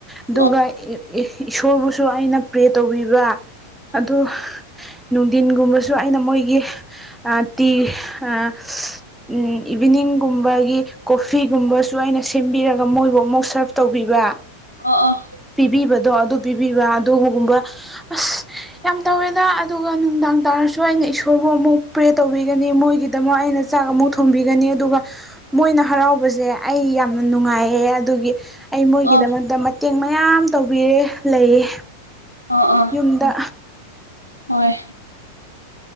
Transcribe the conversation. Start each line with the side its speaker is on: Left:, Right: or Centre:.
Left: ꯑꯣ ꯑꯣ ꯑꯣ ꯑꯣ ꯑꯣ ꯑꯣ
Centre: ꯑꯗꯨꯒ ꯏꯁꯣꯔꯕꯨꯁꯨ ꯑꯩꯅ ꯄ꯭ꯔꯦ ꯇꯧꯕꯤꯕ ꯑꯗꯨ ꯅꯨꯡꯊꯤꯟꯒꯨꯝꯕꯁꯨ ꯑꯩꯅ ꯃꯣꯏꯒꯤ ꯑ ꯇꯤ ꯑ ꯎꯝ ꯏꯚꯤꯅꯤꯡꯒꯨꯝꯕ ꯑꯗꯒꯤ ꯀꯣꯐꯤꯒꯨꯝꯕꯁꯨ ꯑꯩꯅ ꯁꯦꯝꯕꯤꯔꯒ ꯃꯣꯏꯕꯨ ꯑꯃꯨꯛ ꯁꯥꯔꯚ ꯇꯧꯕꯤꯕ
Left: ꯑꯣ ꯑꯣ
Centre: ꯄꯤꯕꯤꯕꯗꯣ ꯑꯗꯨ ꯄꯤꯕꯤꯕ ꯑꯗꯨꯒꯨꯝꯕ ꯑꯁ ꯌꯥꯝ ꯇꯧꯋꯦꯗ ꯑꯗꯨꯒ ꯅꯨꯡꯗꯥꯡ ꯇꯥꯔꯁꯨ ꯑꯩꯅ ꯏꯁꯣꯔꯕꯨ ꯑꯃꯨꯛ ꯄ꯭ꯔꯦ ꯇꯧꯕꯤꯒꯅꯤ ꯃꯣꯏꯒꯤꯗꯃꯛ ꯑꯩꯅ ꯆꯥꯛ ꯑꯃꯨꯛ ꯊꯣꯡꯕꯤꯒꯅꯤ ꯑꯗꯨꯒ ꯃꯣꯏꯅ ꯍꯔꯥꯎꯕꯁꯦ ꯑꯩ ꯌꯥꯝꯅ ꯅꯨꯡꯉꯥꯏꯌꯦ ꯑꯗꯨꯒꯤ ꯑꯩ ꯃꯣꯏꯒꯤꯗꯃꯛꯇ
Left: ꯑꯣ ꯑꯣ
Centre: ꯃꯇꯦꯡ ꯃꯌꯥꯝ ꯇꯧꯕꯤꯔꯦ ꯂꯩꯌꯦ
Left: ꯑ ꯑ
Centre: ꯌꯨꯝꯗ
Left: ꯍꯣꯏ